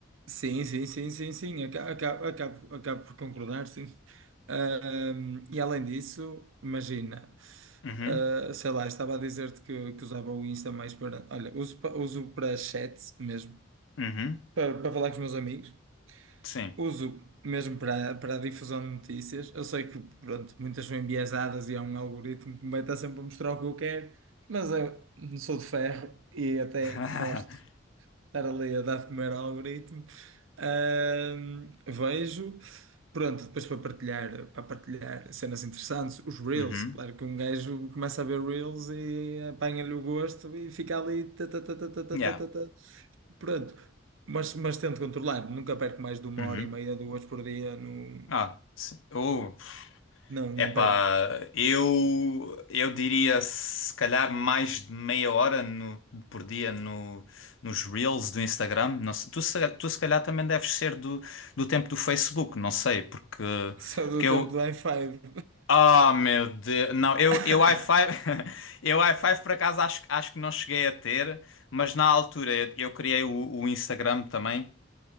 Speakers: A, on the right (about 90°); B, on the left (about 85°).
A: Sim, sim, sim, sim, sim, aca- acabo, acabo, acabo por concordar, sim. Ahm, e além disso, imagina,
B: Uhum,
A: ah, sei lá, estava a dizer-te que, que usava o Insta mais para. Olha, uso, pa- uso para chat mesmo,
B: uhum,
A: para, para falar com os meus amigos,
B: sim.
A: uso mesmo para, para a difusão de notícias. Eu sei que, pronto, muitas são enviesadas e há um algoritmo que me vai estar sempre a mostrar o que eu quero, mas eu não sou de ferro e até
B: <laughs>
A: gosto estar ali a dar de comer ao algoritmo. Ahm, vejo, pronto, depois para partilhar, para partilhar cenas interessantes, os Reels,
B: Uhum,
A: claro que um gajo começa a ver Reels e apanha-lhe o gosto e fica ali. tá, tá, tá, tá, tá, tá,
B: yeah.
A: tá, tá, tá. Pronto, mas, mas tento controlar, nunca perco mais de uma
B: Uhum.
A: hora e meia, duas por dia, não,
B: Ah, sim. Uh,
A: não, não
B: Epá,
A: perco.
B: eu, eu diria se calhar mais de meia hora no- por dia no, nos Reels do Instagram. Não sei, tu, se- tu se calhar também deves ser do, do tempo do Facebook, não sei, porque,
A: <laughs> Só do
B: porque
A: tempo
B: eu.
A: do i5.
B: Ah, meu Deus! Não, eu,
A: <laughs>
B: eu i5, <laughs> eu i5 por acaso acho, acho que não cheguei a ter, mas na altura eu, eu criei o, o Instagram também.